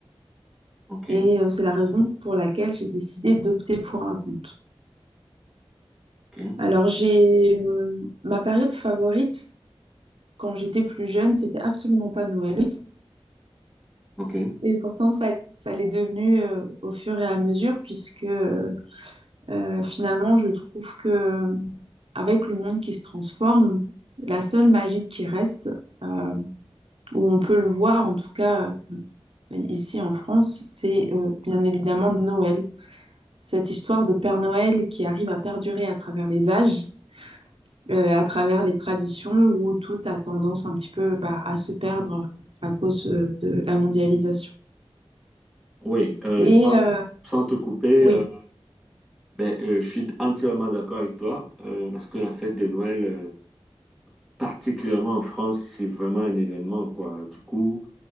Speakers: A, in the centre; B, on the right (about 70°).
A: ok,
B: Et euh, c'est la raison pour laquelle j'ai décidé d'opter pour un conte.
A: ok,
B: Alors j'ai hum, ma période favorite quand j'étais plus jeune, c'était absolument pas Noël
A: ok.
B: et pourtant ça, ça l'est devenu euh, au fur et à mesure puisque euh, Euh, finalement, je trouve que avec le monde qui se transforme, la seule magie qui reste, euh, où on peut le voir, en tout cas euh, ici en France, c'est euh, bien évidemment Noël. Cette histoire de Père Noël qui arrive à perdurer à travers les âges, euh, à travers les traditions, où tout a tendance un petit peu bah, à se perdre à cause euh, de la mondialisation.
A: Oui, euh,
B: Et
A: sans,
B: euh,
A: sans te couper.
B: oui,
A: euh, Ben, euh, je suis entièrement d'accord avec toi, euh, parce que la fête de Noël, euh, particulièrement en France, c'est vraiment un événement, quoi. Du coup,